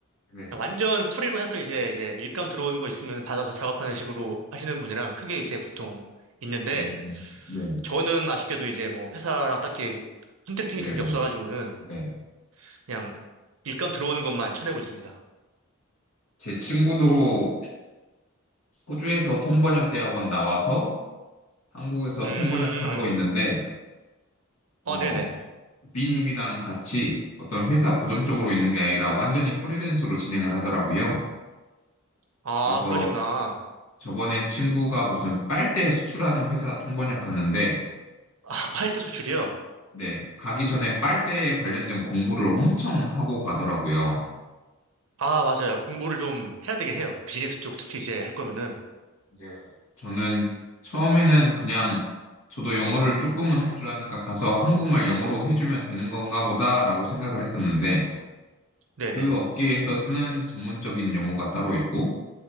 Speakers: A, on the left; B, on the right.
A: 네,
B: 그냥 완전 프리로 해서 이제 이제 일감 들어오는 거 있으면 받아서 작업하는 식으로 하시는 분이랑 크게 이제 보통 있는데
A: 음, 네,
B: 저는 아쉽게도 이제 뭐 회사랑 딱히 컨택팅이
A: 네,
B: 된
A: 네,
B: 게 없어가지고는
A: 네.
B: 그냥 일감 들어오는 것만 쳐내고 있습니다.
A: 제 친구도 호주에서 통번역 대학원 나와서 한국에서
B: 음,
A: 통번역사 하고 있는데,
B: 아,
A: 어,
B: 네네.
A: B님이랑 같이 어떤 회사 고정적으로 있는 게 아니라 완전히 프리랜서로 진행을 하더라고요.
B: 아,
A: 그래서
B: 그러시구나.
A: 저번에 친구가 무슨 빨대 수출하는 회사 통번역 갔는데,
B: 아, 팔대 수출이요?
A: 네, 가기 전에 빨대에 관련된 공부를 엄청 하고 가더라고요.
B: 아, 맞아요. 공부를 좀 해야 되긴 해요. 비즈니스 쪽 특히 이제 할 거면은.
A: 네. 저는 처음에는 그냥 저도 영어를 조금은 할 줄 아니까 가서 한국말 영어로 해주면 되는 건가 보다라고 생각을 했었는데
B: 네네.
A: 그 업계에서 쓰는 전문적인 용어가 따로 있고